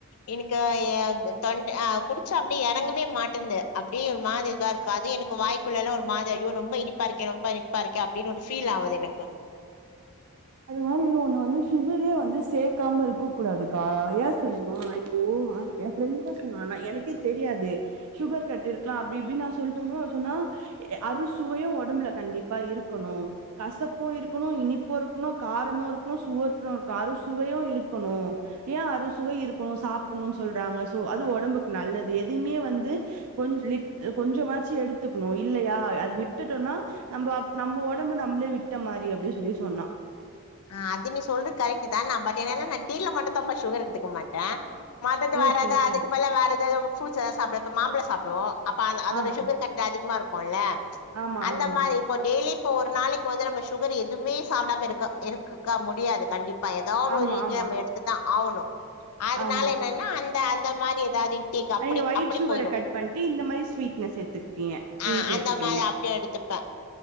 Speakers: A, on the left; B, on the right.
A: எனக்கு அ தொண்ட குடிச்சா அப்டி எறங்கவே மாட்டந்து அப்டியே ஒரு மாதிரி இதுவா இருக்கு அது எனக்கு வாய்க்குள்ளல்லா ஒரு மாரி அய்யோ ரொம்ப இனிப்பார்க்கே ரொம்ப இனிப்பா இருக்கே அப்டின்னு ஒரு ஃபீல் ஆவுது எனக்கு
B: அது மாரி ஒண்ணு வந்து சுகரே வந்து சேக்காம இருக்க கூடாதுக்கா ஏ தெரியுமா இப்போ ஓ அது என் ஃபிரெண்டுதா சொன்னா ஆனா எனக்கே தெரியாது சுகர் கட்டிருக்கா அப்டி இப்டி நா சொல்ட்டும்போது அவ சொன்னா அறுசுவையு ஒடம்புல கண்டிப்பா இருக்கணு கசப்பு இருக்கணு இனிப்பு இரு ருக்கணு காரமு இருக்கணு சுவர்பு இருக்கணு அறுசுவையு இருக்கணு ஏன் அறுசுவை இருக்கணு சாப் கும்னு சொல்றாங்க சோ அது ஒடம்புக்கு நல்லது எதையுமே வந்து கொஞ் லிட் அ கொஞ்சமாச்சு எடுத்து க்கணு இல்லையா அது விட்டுட்டோனா நம்ப அப் நம்ம ஒடம்பு நம்மளே விட்ட மாரி அப்டின் சொல்லி சொன்னா
A: ஆ அது நீ சொல்றது கரெக்ட்தா நா பட் என்னனா நா டீல மட்டுந்தாம்பா சுகர் எடுத்துக்க மாட்ட மத்தது
B: ஓகே,
A: வேறெதா
B: ஓகே.
A: அதுக்கு பல வேற எதாவ்து உ ஃப்ருட்ஸ் எதாது சாப்ட இப்ப மாம்பழ சாப்டுவோ அப்ப அந்ந அதோட
B: ஆ,
A: சுகர்
B: ஆ.
A: கண்ட் அதிகமா இருக்குல்ல
B: ஆமா,
A: அந்த
B: ஆமா.
A: மாரி இப்போ டெய்லி ப்போ ஒரு நாளைக்கு வந்து நம்ம சுகர் எதுவுமே சாப்டாம இருக்க இருக்கக்க முடியாது கண்டிப் பா எதாவ்
B: ஆமா,
A: ஒரு ரீதியா
B: ஆமா,
A: நம்ம எடுத்துதா ஆவணு அதனால
B: ஆமா.
A: என்னனா அந்த அந்த மாதி தாதின் டீக்கு அப்படி
B: நீங்க ஒயிட்
A: அப்படி
B: சுகர
A: போயிரு
B: கட் பண்ணிட்டு, இந்த மாரி ஸ்வீட்னஸ் எடுத்துக்கிட்டீங்க.
A: ஆ
B: இனிப்பு
A: அந்த
B: எடுத்துக்கிறீங்க.
A: மாதி அப்டி எடுத்துப்ப